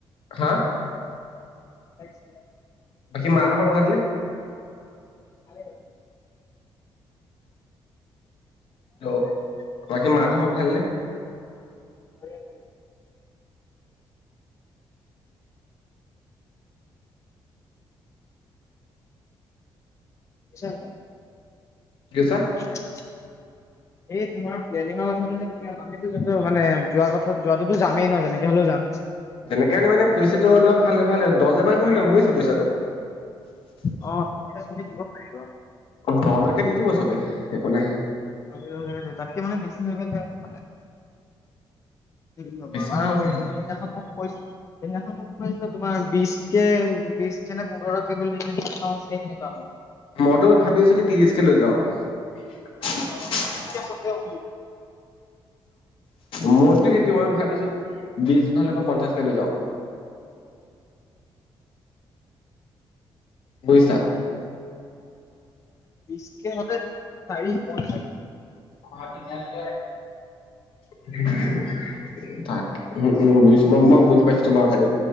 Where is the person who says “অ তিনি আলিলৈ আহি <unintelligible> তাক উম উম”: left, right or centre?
Left